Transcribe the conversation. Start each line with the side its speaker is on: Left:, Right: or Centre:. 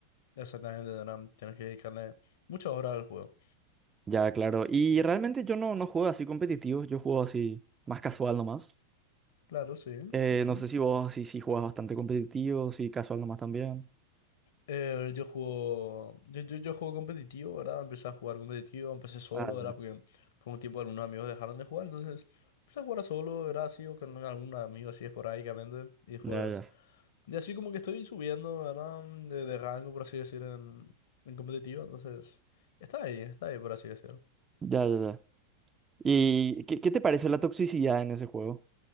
Left: Exactamente, Doram. Tienes que dedicarle muchas horas al juego.
Right: Ya, claro. Y realmente yo no, no juego así competitivo, yo juego así más casual nomás.
Left: Claro, sí.
Right: Eh,
Left: ujú.
Right: no sé si vos sí, sí juegas bastante competitivo, si casual nomás también.
Left: Eh, yo juego. Yo, yo, yo juego competitivo, ¿verdad? Empecé a jugar competitivo, empecé solo,
Right: Ah,
Left: ¿verdad?
Right: no.
Left: Porque por un tiempo algunos amigos dejaron de jugar, entonces empecé a jugar solo, ¿verdad? Así o con algún amigo así esporádicamente. Y después.
Right: Ya, ya.
Left: Y así como que estoy subiendo, ¿verdad? Mm, De, de rango, por así decir, en, en competitivo. Entonces. Está ahí, está ahí, por así decirlo.
Right: Ya, ya, ya. ¿Y qué, qué te pareció la toxicidad en ese juego?